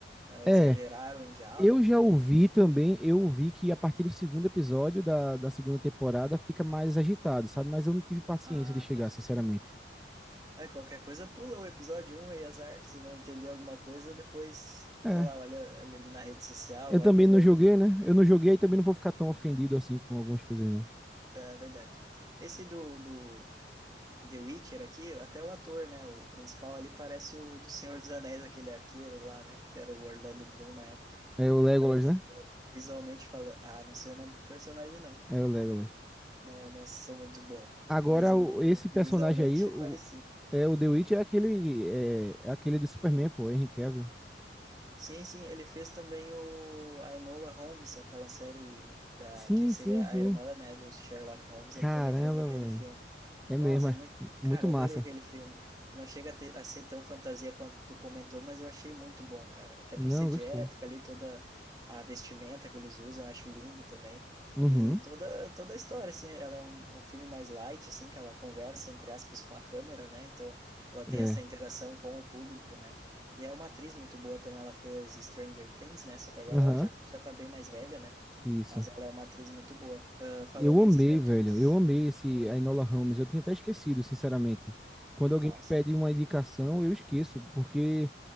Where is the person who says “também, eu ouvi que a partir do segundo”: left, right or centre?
Centre